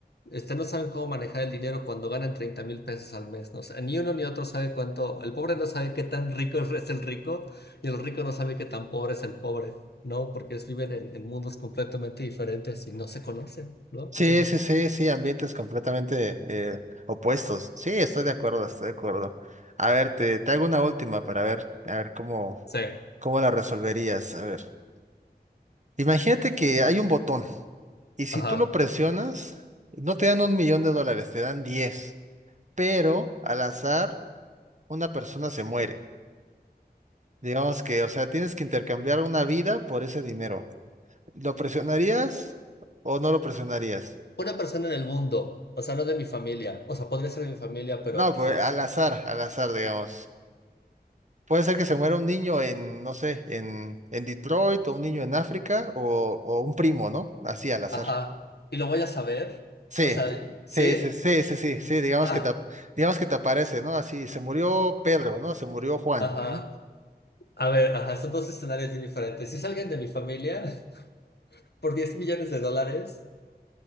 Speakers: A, on the left; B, on the right.
A: Este, no saben cómo manejar el dinero cuando ganan treinta mil pesos al mes, ¿no? O sea, ni uno ni otro sabe cuánto, el pobre no sabe qué tan rico <laughs> es el rico y el rico no sabe qué tan pobre es el pobre. No, porque es- viven en, en mundos completamente diferentes y no se conocen, ¿no?
B: Sí,
A: O sea, no
B: sí,
A: se...
B: sí, sí, ambientes completamente eh, opuestos. Sí, estoy de acuerdo, estoy de acuerdo. A ver, te, te hago una última para ver, a ver cómo,
A: Sí,
B: cómo la resolverías. A ver, imagínate que hay un botón y si
A: ajá.
B: tú lo presionas, no te dan un millón de dólares, te dan 10, pero al azar una persona se muere. Digamos que, o sea, tienes que intercambiar una vida por ese dinero. ¿Lo presionarías o no lo presionarías?
A: Una persona en el mundo, o sea, no de mi familia, o sea, podría ser de mi familia, pero
B: No, pues
A: pues es...
B: al azar, al azar, digamos. Puede ser que se muera un niño en, no sé, en, en Detroit o un niño en África o, o un primo, ¿no? Así al azar.
A: Ajá. ¿Y lo voy a saber?
B: Sí,
A: O sea, ¿sí?
B: sí, sí, sí, sí, sí, sí, digamos
A: Ah,
B: que te, ap- digamos que te aparece, ¿no? Así, se murió Pedro, ¿no? Se murió Juan,
A: ajá.
B: ¿no?
A: A ver, ajá, son dos escenarios bien diferentes. Si es alguien de mi familia, <laughs> por 10 millones de dólares,